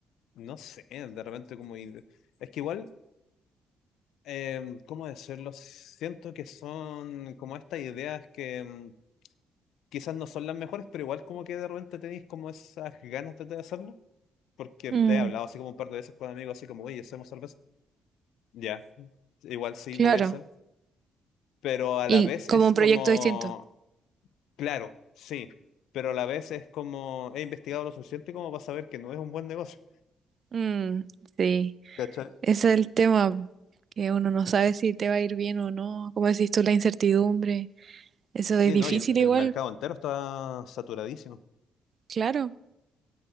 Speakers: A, on the left; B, on the right.
A: no sé, de repente como... ir- Es que igual, eh, ¿cómo decirlo? Siento que son como estas ideas que mm, quizás no son las mejores, pero igual como que de repente tenéis como esas ganas de, de hacerlo. Porque
B: Mm,
A: te he hablado así como un par de veces con amigos, así como, oye, hacemos cerveza. Ya, igual sí
B: claro.
A: puede ser. Pero a la
B: Y
A: vez es
B: como un
A: como...
B: proyecto distinto.
A: Claro, sí, pero a la vez es como he investigado lo suficiente como para saber que no es un buen negocio.
B: Mm, sí,
A: ¿Cachai?
B: ese es el tema que uno no sabe si te va a ir bien o no, como decís tú, la incertidumbre. Eso es
A: Sí,
B: difícil
A: no, y el, el
B: igual,
A: mercado entero está saturadísimo.
B: claro. O